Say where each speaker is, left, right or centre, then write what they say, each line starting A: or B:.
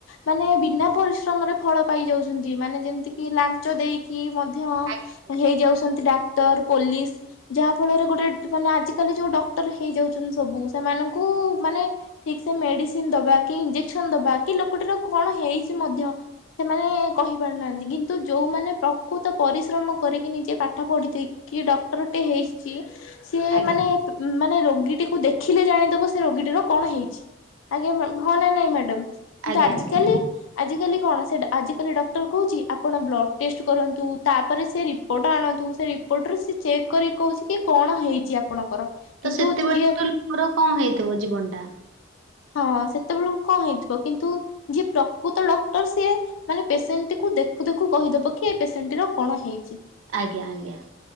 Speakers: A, on the left; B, on the right.
A: ମାନେ ବିନା ପରିଶ୍ରମରେ ଫଳ ପାଇଯାଉଛନ୍ତି ମାନେ। ଯେମିତି କିି ଲାଞ୍ଚ ଦେଇକି ମଧ୍ୟ
B: ଆଜ୍ଞା
A: ହେଇଯାଉଛନ୍ତି ଡାକ୍ତର ଡାକ୍ତର ପୋଲିସ୍ ଯାହା ଫଳରେ ଗୋଟେ ମାନେ ଆଜିକାଲି ଯୋଉ ଡକ୍ଟର ହେଇଯାଉଛନ୍ତି ସବୁ ସେମାନଙ୍କୁ କୁ ମାନେ ଠିକ୍ ସେ ମେଡିସିନ ଦବା କି ଇଞ୍ଜେକ୍ସନ ଦବା କି ଲୋକଟାର କଣ ହେଇଛି ମଧ୍ୟ ସେମାନେ କହି ପାରୁନାହାନ୍ତି କିନ୍ତୁ ଯୋଉମାନେ ପ୍ରକୃତ ପରିଶ୍ରମ କରିକି ନିଜେ ପାଠ ପଢ଼ି ସେ
B: ଆଜ୍ଞା
A: ମାନେ ରୋଗ ରୋଗୀଟିକୁ ଦେଖିଲେ ଜାଣିଦବ ସେ ରୋଗୀଟି ର କଣ ହେଇଛି। ଆଜ୍ଞା ହଁନା ନାଇଁ ମ୍ୟାଡାମ କିନ୍ତୁ
B: ଆଜ୍ଞା
A: ଆଜ
B: ଆଜ୍ଞା।
A: କାଲି ଆାଲି କଣ ଆିକାଲି ଡକ୍ଟର କହୁଛି ଆପଣ ବ୍ଲଡ଼୍ ଟେଷ୍ଟ କରନ୍ତୁ ତାପରେ ସେ ରିପୋର୍ଟ ଆଣନ୍ତୁ। ପଟରୁ ସେ ଚେକ୍ କରି କହୁଛି କି କଣ ହେଇଛି ଆପଣଙ୍କର।
B: ତ
A: କିନ୍ତୁ
B: ସେତେବେଳେ
A: ଯିଏ
B: ତ ଲୋକର କଣ ହେଇଥିବ ଜୀବନ ଟା
A: ହଁ ସେତେବେଳ କଣ ହେଇଥିବ କିନ୍ତୁ ଯିଏ ପ୍ରକୃତ ଡକ୍ଟର ସିଏ ମାନେ ପେସେଣ୍ଟ ଟିକୁ ଦେଖୁ ଦେଖୁ କହିଦେବ କି ଏ ପେସେଣ୍ଟ ଟି କଣ ହେଇଛି।
B: ଆଜ୍ଞା ଆଜ୍ଞା।